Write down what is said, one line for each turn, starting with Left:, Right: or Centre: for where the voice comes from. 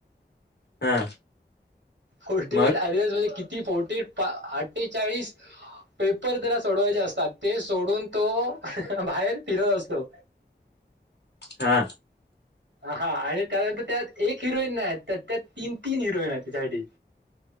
Left: हा
Right: फोर्टी
Left: मग
Right: एट <unintelligible> म्हणजे किती फोट- ते अठ्ठेचाळीस पेपर त्याला सोडवायचे असतात. ते सोडून तो- बाहेर फिरत असतो.
Left: हा
Right: हा आणि त्यानंतर त्यात एक हिरोईन नाही त्या त्यात तीन तीन हिरोईन आहेत त्याच्यासाठी.